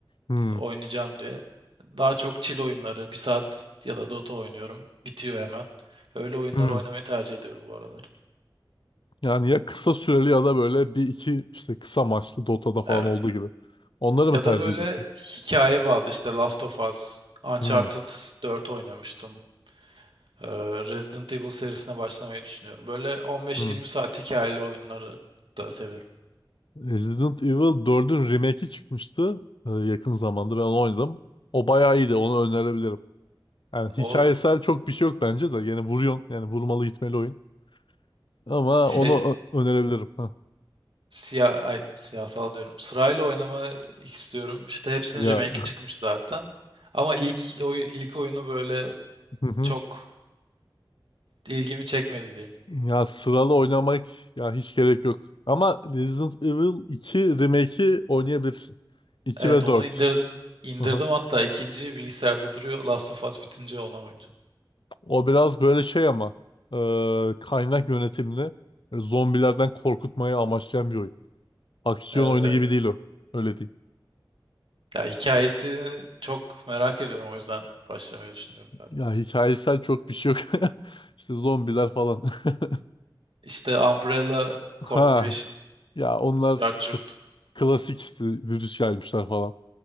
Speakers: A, on the left; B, on the right.
A: Hı.
B: oynayacağım diye. Daha çok chill oyunları, bir saat ya da Dota oynuyorum. Bitiyor hemen. Öyle oyunları
A: Hı.
B: oynamayı tercih ediyorum bu aralar.
A: Yani ya kısa süreli ya da böyle bir iki işte kısa maçlı Dota'da falan
B: Evet.
A: olduğu gibi. Onları
B: Ya
A: mı tercih
B: da böyle
A: ediyorsun?
B: hikaye bazı işte Last of Us, Uncharted
A: Hı.
B: 4 oynamıştım. Ee, Resident Evil serisine başlamayı düşünüyorum. Böyle 15-20
A: Hı.
B: saat hikayeli oyunları da severim.
A: Resident Evil dördün remake'i çıkmıştı e, yakın zamanda ben onu oynadım. O bayağı iyiydi. Onu önerebilirim. Yani hikayesel
B: O
A: çok bir şey yok bence de. Yani vuruyorsun. Yani vurmalı gitmeli oyun. Ama
B: şey
A: onu ö- önerebilirim. Ha.
B: Siya ay, siyasal diyorum. Sırayla oynamak istiyorum. İşte hepsinin
A: Ya
B: remake'i
A: <laughs>
B: çıkmış zaten. Ama ilk oyun ilk oyunu böyle
A: Hı hı.
B: çok ilgimi çekmedi diyeyim.
A: ya sıralı oynamak ya hiç gerek yok. Ama Resident Evil 2 remake'i oynayabilirsin. iki
B: Evet
A: ve
B: onu
A: dört
B: indir indirdim
A: Hı hı.
B: hatta ikinci bilgisayarda duruyor. Last of Us bitince ona oynayacağım.
A: O biraz böyle şey ama e, kaynak yönetimli. Böyle zombilerden korkutmayı amaçlayan bir oyun. Aksiyon
B: Evet
A: oyunu
B: evet.
A: gibi değil o. Öyle değil.
B: Ya hikayesini çok merak ediyorum o yüzden başlamayı düşünüyorum zaten.
A: Ya hikayesel çok bir şey yok. <laughs> İşte zombiler falan. <laughs>
B: İşte Umbrella Corporation,
A: Ha ya onlar
B: Judge
A: k- klasik işte virüs yaymışlar falan.